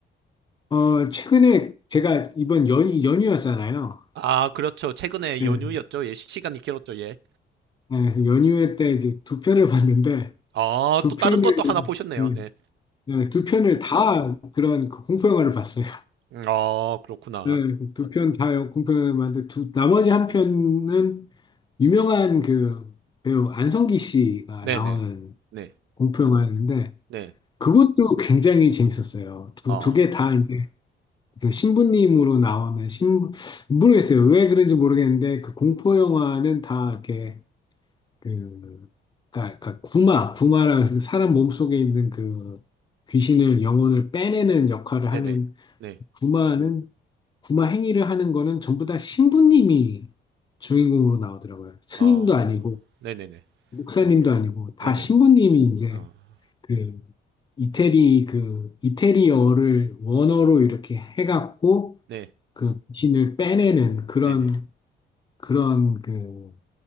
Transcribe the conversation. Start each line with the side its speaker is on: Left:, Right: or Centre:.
Left: 어, 최근에 제가 이번 연, 연휴였잖아요.
Right: 아, 그렇죠. 최근에
Left: 예,
Right: 연휴였죠. 예, 시- 시간이 길었죠. 예.
Left: 예, 그래서 연휴 때 이제 두 편을 <laughs> 봤는데
Right: 아,
Left: 두
Right: 또
Left: 편을
Right: 다른 것도 하나 보셨네요.
Left: 예,
Right: 네.
Left: 예, 두 편을 다 그런 그 공포 영화를 봤어요.
Right: 음, 아, 그렇구나.
Left: 네, 두 편 다 공편을 만든 두 나머지 한 편은 유명한 그 배우 안성기 씨가
Right: 네네.
Left: 나오는
Right: 네.
Left: 공포영화였는데
Right: 네.
Left: 그것도 굉장히 재밌었어요. 두
Right: 아,
Left: 두 개 다 이제 그 신부님으로 나오는 신 모르겠어요. 왜 그런지 모르겠는데 그 공포영화는 다 이렇게 그 그러니까, 그러니까 구마 구마라는 사람 몸속에 있는 그 귀신을 영혼을 빼내는 역할을
Right: 네네.
Left: 하는
Right: 네.
Left: 구마는 구마 행위를 하는 거는 전부 다 신부님이 주인공으로 나오더라고요. 스님도
Right: 아,
Left: 아니고
Right: 네네네.
Left: 목사님도
Right: 어,
Left: 아니고 다
Right: 네네.
Left: 신부님이 이제
Right: 어.
Left: 그 이태리 그 이태리어를 원어로 이렇게 해갖고
Right: 네,
Left: 그 귀신을 빼내는 그런
Right: 네네.
Left: 그런 그